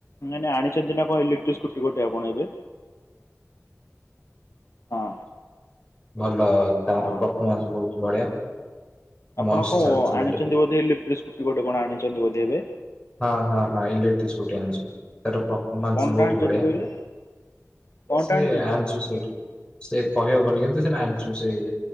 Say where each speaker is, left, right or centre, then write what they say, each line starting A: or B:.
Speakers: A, on the left (about 65°); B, on the left (about 20°).
A: ମାନେ ଆଣିଛନ୍ତି ନା କହିଲେ! ଇଲେକ୍ଟ୍ରି ସ୍କୁଟି ଗୋଟେ ଆପଣ ଏବେ? ହଁ
B: ଭଲ ତାର
A: ହଁ
B: ପରଫମନ୍ସ ବହୁତ ବଢିଆ।
A: ଆପଣ
B: ମସ୍ତ
A: କଉ
B: ଚାଲିଛି ଗାଡି
A: ଆଣିଛନ୍ତି ବୋଧେ ଇଲେକ୍ଟ୍ରି ସ୍କୁଟି ଗୋଟେ କଣ ଆଣିଛନ୍ତି ବୋଧେ ଏବେ?
B: ହଁ, ହଁ, ହଁ, ଇଲେକ୍ଟ୍ରି ସ୍କୁଟି ଆଣିଛି ତାର ପରଫ ମାନ୍ସ
A: କଣଟା
B: ବହୁତ
A: ଆଣିଛନ୍ତି
B: ବଢିଆ।
A: କହିଲେ କଣଟା
B: ସେ
A: ଆଣିଛନ୍ତି?
B: ଆଣିଛୁ ସେଇଠୁ। ସେ କହିହବନି କିନ୍ତୁ ସେ ଜାଣିଛୁ ସେ